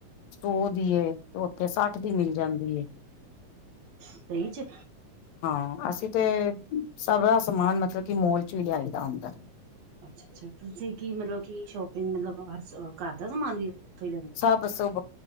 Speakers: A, on the left (about 75°); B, on the right (about 65°).
A: ਸੌ ਦੀ ਏ ਤੇ ਓਥੇ ਸੱਠ ਦੀ ਮਿਲ ਜਾਂਦੀ ਏ।
B: ਸਈ 'ਚ?
A: ਹਾਂ, ਅਸੀ ਤੇ ਸਭਰਾ ਸਮਾਨ ਮਤਲਬ ਕਿ ਮੌਲ 'ਚੋਂ ਈ ਲਿਆਈਦਾ ਹੁੰਦੈ।
B: ਅੱਛਾ-ਅੱਛਾ, ਤੁਸੀ ਕੀ ਮਤਲਬ ਕਿ ਸ਼ੋਪਿੰਗ ਮਤਲਬ ਹਰ ਸ ਘਰ ਦਾ ਸਮਾਨ ਵੀ ਓਥੋਂ ਈ ਲਿਆਂ
A: ਸਭ-ਸੁਭ,